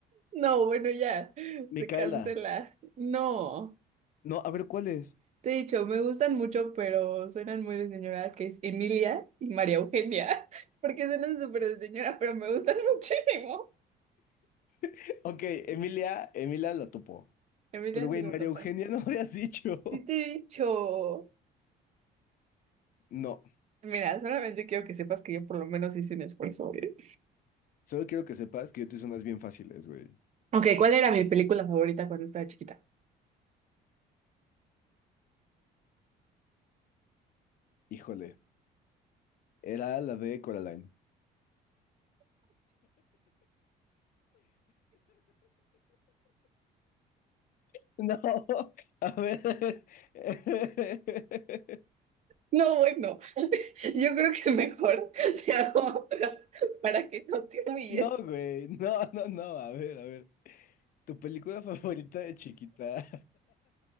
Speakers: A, on the right (about 40°); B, on the left (about 55°).
A: no, bueno, ya,
B: Micaela.
A: se cancela. No,
B: No, a ver, ¿cuál es?
A: te he dicho, me gustan mucho, pero suenan muy de señora, que es Emilia y María Eugenia, <laughs> porque suenan súper de señora, pero me gustan <laughs> muchísimo.
B: <laughs> Ok, Emilia. Emilia la topo.
A: Emilia,
B: Pero, güey,
A: sí lo
B: María
A: topas.
B: Eugenia no habías dicho.
A: Sí te he dicho.
B: No,
A: Mira, solamente quiero que sepas que yo por lo menos hice un esfuerzo. ¿eh?
B: solo quiero que sepas que yo te hice unas bien fáciles, güey.
A: Ok, ¿cuál era mi película favorita cuando estaba chiquita?
B: Híjole, era la de Coraline. <laughs> No, a ver. <laughs>
A: No, bueno. Yo creo que mejor <laughs> te hago otras para que no te humilles.
B: No, güey, no, no, no, a ver, a ver. Tu película favorita de chiquita